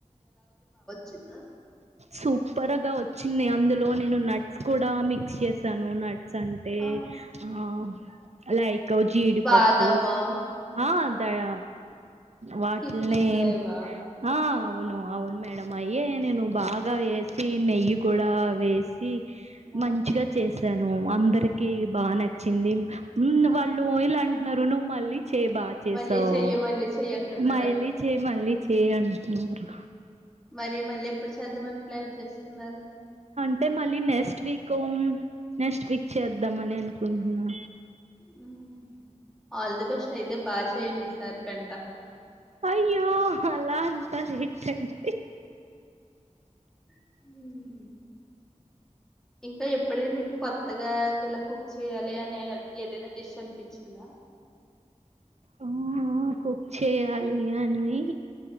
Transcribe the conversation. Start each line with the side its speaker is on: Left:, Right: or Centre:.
Centre: చిన్న
Right: సూపర్గా వచ్చింది అందులో నేను నట్స్ కూడా మిక్స్ చేసాను నట్స్ సంటే
Centre: ఆ!
Right: ఆ లై క్ జీడిపప్పు
Centre: బాదము,
Right: ఆ దయ వాటిల్నే
Centre: కిస్మిస్ ఇవా?
Right: ఆ అవును అవును మేడం అయ్యే నేను బా వేసి నెయ్యి కూడా వేసి
Centre: అమ్మో!
Right: మంచిగా చేసాను అందరి కి బాగా నచ్చింది ఉమ్ వాళ్ళు ఇలా అంటున్నారు నువ్వు మళ్ళీ చే బా చేసావు
Centre: మళ్ళీ చెయ్యి, మళ్ళీ చెయ్యి అంటున్నారా?
Right: మళ్ళీ చేయ్యి మళ్ళీ చేయ్ అంటున్నారు
Centre: మరి మళ్ళీ ఎప్పుడు చేద్దామని ప్లాన్ చేసుకున్నారు
Right: అంటే మళ్ళీ నెక్స్ట్ వీక్ నెక్స్ట్ వీక్ చేద్దాం అని అనుకుం న్న
Centre: హ్మ్. ఆల్ ది బెస్ట్ అయితే బాగా చేయండి ఈసారి పెంట
Right: అయ్యో అలా అంట చెయొచండ్
Centre: ఉమ్ ఇంకా ఎప్పుడైన మీకు కొత్తగా ఇలా కుక్ చెయ్యాలి అనే ఏదైనా డిష్ అని పిచ్చింద
Right: ఆ కుక్ చెయ్యాలి అనీ